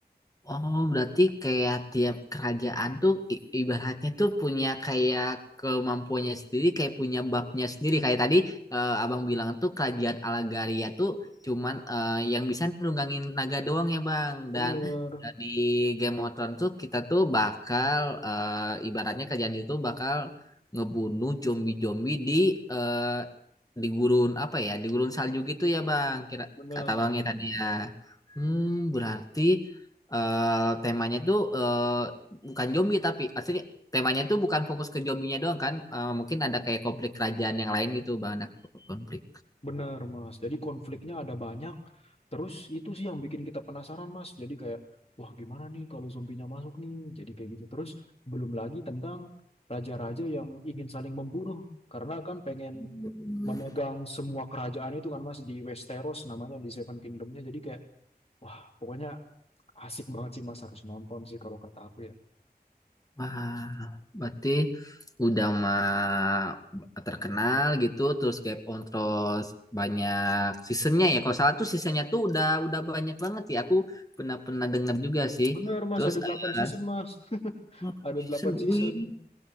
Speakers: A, on the left; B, on the left.
A: Oh, berarti kayak tiap kerajaan tuh i- ibaratnya tuh punya kayak kemampuannya sendiri, kayak punya babnya sendiri. Kayak tadi eh, abang bilang tuh kerajaan Alagaria tuh cuman eh, yang bisa nunggangin naga doang ya bang.
B: Bener,
A: Dan eh, di Game of Thrones tuh kita tuh bakal eh, ibaratnya kerajaan itu bakal ngebunuh zombie-zombie di eh, di gurun apa ya, di gurun salju gitu ya bang. Kira
B: bener.
A: kata abangnya tadi ya. Hmm, berarti eh temanya itu eh, bukan zombie tapi aslinya temanya itu bukan fokus ke zombinya doang kan Eh, mungkin ada kayak konflik kerajaan yang lain gitu bang ada konflik
B: Bener, Mas. Jadi konfliknya ada banyak. Terus itu sih yang bikin kita penasaran, Mas. Jadi kayak, wah gimana nih kalau zombinya masuk nih? Jadi kayak gitu. Terus belum lagi tentang raja-raja yang ingin saling membunuh. Karena kan pengen
A: Hmm.
B: memegang semua kerajaan itu kan, Mas, di Westeros namanya, di Seven Kingdomnya. Jadi kayak, wah pokoknya asik banget sih, Mas. Harus nonton sih kalau kata aku ya.
A: wah berarti udah mah terkenal gitu terus Game on terus banyak seasonnya ya kalau salah tuh seasonnya tuh udah udah banyak banget ya aku pernah pernah dengar juga sih
B: Bener, Mas.
A: terus
B: Ada delapan
A: eh,
B: season, Mas. <laughs>
A: delapan
B: Ada
A: season
B: 8 season.
A: wih